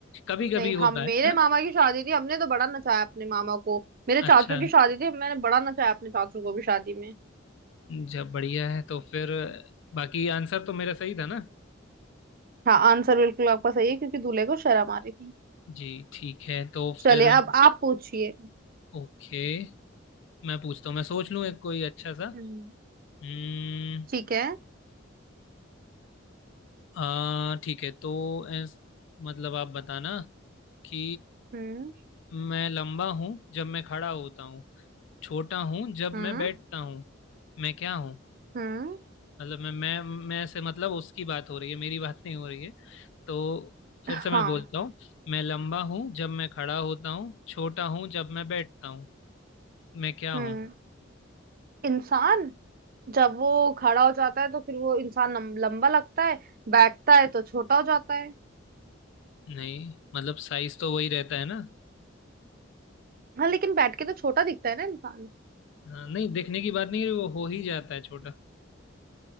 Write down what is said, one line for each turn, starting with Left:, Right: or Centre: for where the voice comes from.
Left: कभी कभी
Right: नहीं
Left: होता
Right: हम
Left: है
Right: मेरे
Left: है
Right: मामा
Left: ना
Right: की शादी थी हमने तो बड़ा नचाया अपने मामा को मेरे
Left: अच्छा
Right: चाचू की शादी थी मैंने बड़ा नचाया अपने चाचू को भी शादी में
Left: जब बढ़िया है तो फिर बाकी आंसर तो मेरा सही था ना
Right: हाँ आंसर बिल्कुल आपका सही है क्योंकि दूल्हे को शर्म आ रही थी
Left: जी ठीक है तो
Right: चलिए
Left: फिर
Right: अब आप पूछिए
Left: ओके मैं पूछता हूँ मैं सोच लूँ एक कोई अच्छा सा
Right: हम्म
Left: हम्म
Right: ठीक है
Left: आ ठीक है तो ऐस, मतलब आप बताना कि
Right: हम्म
Left: मैं लंबा हूँ जब मैं खड़ा होता हूँ छोटा हूँ जब
Right: हम्म
Left: मैं बैठता हूँ मैं क्या हूँ
Right: हम्म
Left: मतलब मैं मैं मैं से मतलब उसकी बात हो रही है मेरी बात नहीं हो रही है तो फिर
Right: हाँ
Left: से मैं बोलता हूँ मैं लंबा हूँ जब मैं खड़ा होता हूँ छोटा हूँ जब मैं बैठता हूँ मैं क्या
Right: हम्म
Left: हूँ
Right: इंसान जब वो खड़ा हो जाता है तो फिर वो इंसान लम- लंबा लगता है बैठता है तो छोटा हो जाता है
Left: नहीं मतलब साइज तो वही रहता है ना
Right: हाँ लेकिन बैठ के तो छोटा दिखता है ना इंसान
Left: हाँ, नहीं दिखने की बात नहीं है, वो हो ही जाता है छोटा